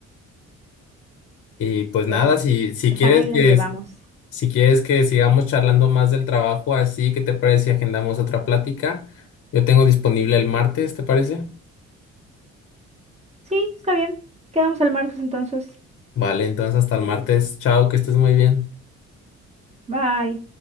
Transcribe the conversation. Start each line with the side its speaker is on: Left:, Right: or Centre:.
Left: Y pues nada,
Right: pues,
Left: si, si
Right: pues
Left: quieres
Right: ahí la
Left: que,
Right: llevamos.
Left: si quieres que sigamos charlando más del trabajo, así, ¿qué te parece si agendamos otra plática? Yo tengo disponible el martes, ¿te parece?
Right: Sí, está bien. Quedamos el martes entonces.
Left: Vale, entonces hasta el martes. Chao, que estés muy bien.
Right: Bye.